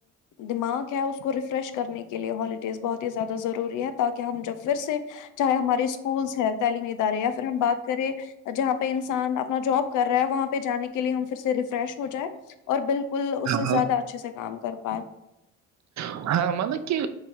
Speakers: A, on the left; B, on the right.
A: دماغ ہے اس کو ریفریش کرنے کے لیے ہالیڈیز بہت ہی زیادہ ضروری ہے تاکہ ہم جب پھر سے چاہے ہمارے اسکولس ہیں تعلیمی ادارے یا پھر ہم بات کریں جہاں پہ انسان اپنا جاب کر رہا ہے وہاں پہ پہ جانے کے لیے ہمھر سے ریفریش ہو جائے اور بالکل اس سے
B: ہاں
A: زیادہ اچھے سے کام کر پائے
B: ہاں مطلب کہ